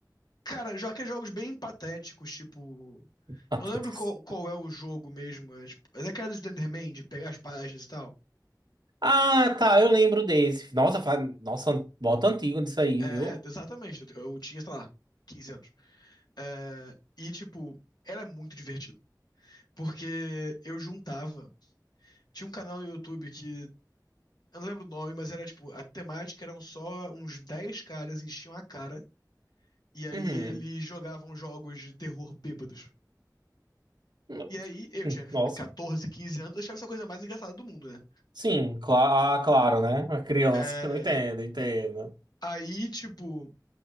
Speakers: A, on the left; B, on the right.
A: cara, já que é jogos bem patéticos, tipo.
B: <laughs> Patetas.
A: Eu não lembro qual, qual é o jogo mesmo. É, tipo, é daquela do Slenderman, de pegar as páginas e tal.
B: Ah, tá, eu lembro desse. Nossa, fa... Nossa, bota antigo disso aí,
A: É,
B: viu?
A: exatamente. Eu, eu tinha, sei lá, 15 anos. É, e, tipo, era muito divertido. Porque eu juntava. Tinha um canal no YouTube que Eu não lembro o nome, mas era tipo, a temática eram só uns 10 caras enchiam a cara, e aí
B: Uhum.
A: eles jogavam jogos de terror bêbados.
B: <laughs>
A: E aí, eu tinha
B: Nossa.
A: 14, 15 anos, eu achava essa coisa mais engraçada do mundo, né?
B: Sim, cla- ah, claro, né? Uma criança
A: É,
B: que não entende, entendo.
A: aí, tipo,